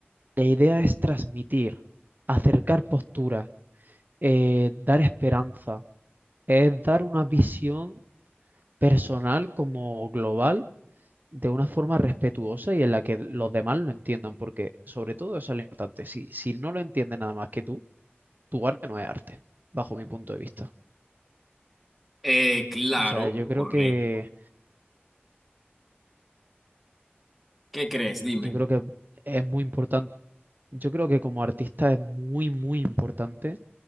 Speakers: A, on the right; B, in the centre.
A: La idea es transmitir, acercar posturas, eh, dar esperanza, es dar una visión personal como global de una forma respetuosa y en la que los demás lo entiendan, porque sobre todo eso es lo importante. Si, si no lo entiende nada más que tú, tu arte no es arte, bajo mi punto de vista.
B: Eh, claro,
A: O sea, yo
B: correcto.
A: creo que,
B: ¿Qué crees? Dime.
A: yo creo que es muy importante, yo creo que como artista es muy, muy importante